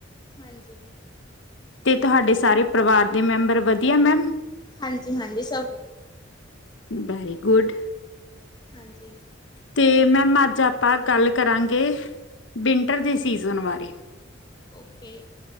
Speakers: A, on the left; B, on the left.
A: ਹਾਂਜੀ।
B: ਤੇ ਤੁਹਾਡੇ ਸਾਰੇ ਪਰਿਵਾਰ ਦੇ, ਮੈਂਬਰ ਵਧੀਆ ਮੈਮ
A: ਹਾਂਜੀ, ਹਾਂਜੀ ਸਭ
B: ਵੈਰੀ ਗੁਡ।
A: ਹਾਂਜੀ।
B: ਅਤੇ ਮੈਮ ਅੱਜ ਆਪਾਂ ਗੱਲ ਕਰਾਂਗੇ, ਵਿੰਟਰ ਦੇ ਸੀਜ਼ਨ ਬਾਰੇ
A: ਓਕੇ।